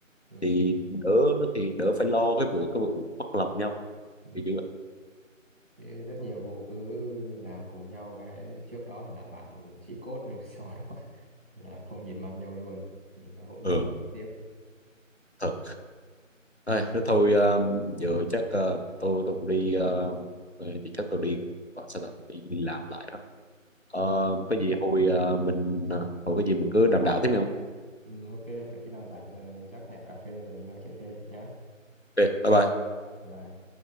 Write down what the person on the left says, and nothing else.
thì đỡ
thì đỡ phải lo cái vụ cái vụ mất lòng nhau
thì như vậy
ừ.
thật Đây, nếu thôi ờ, giờ chắc ờ, tôi tôi cũng đi ờ, thì chắc tôi đi cũng gọi sao ta đi, đi làm lại đó Ờ,
cái gì hồi ờ, mình ờ, hồi cái gì mình cứ đàm đạo tiếp nghe không
ok bye bye